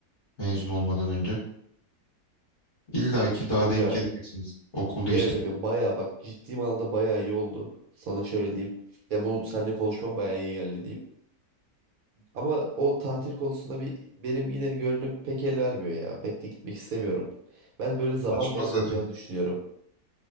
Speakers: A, on the left (about 40°); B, on the right (about 65°).
A: mezun olmadan önce. İlla ki daha
B: Kanka
A: denk geleceksiniz. Okul değiştirmek
B: evet kanka baya bak ciddi anlamda baya iyi oldu sana şöyle diyeyim ya bu seninle konuşmam baya iyi geldi diyeyim. Ama o tatil konusunda bir benim yine gönlüm pek el vermiyor ya. Pek de gitmek istemiyorum. Ben böyle zaman
A: Saçma
B: da azalacağını
A: zaten.
B: düşünüyorum.